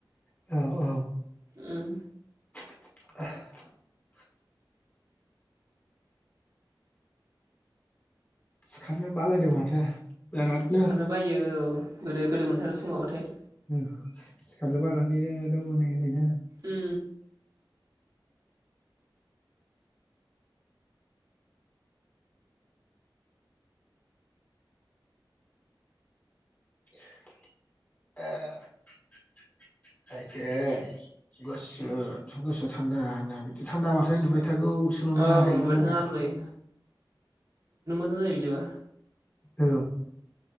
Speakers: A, on the left; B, on the right.
A: औ औ
B: उम
A: <inaudible> सिखारनो बालायदों माथो बिरादनो
B: सिखारनो बायो औ गोदोद गोदो मोनथारो फुङावबाथाय
A: उम सिखारनो बानानैनो दङ नै ओरैनो
B: उम
A: <inaudible> आइदै गुसु एथ' गुसु थान्दा बिदि थान्दा बाथाय
B: सिखा
A: उन्दुबाय था थागौसो नङो
B: औ
A: आंहा
B: उन्दुबाय
A: एकदमबारे
B: थानो आराम जायो <unintelligible> जायो बिदिबा
A: औ।